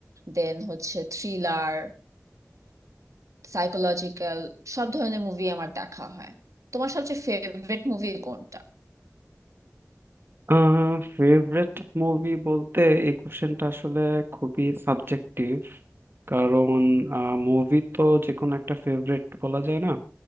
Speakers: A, on the right (about 75°); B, on the right (about 45°).
A: দেন হচ্ছে থ্রিলার সাইকোলজিক্যাল সব ধরনের মুভি আমার দেখা হয় তোমার সবচেয়ে ফেভারিট মুভি কোনটা
B: আহ ফেভারিট মুভি বলতে এই কোশ্চেনটা আসলে খুবই সাবজেক্টিভ কারণ মুভি তো যে কোনো একটা ফেভারিট বলা যায় না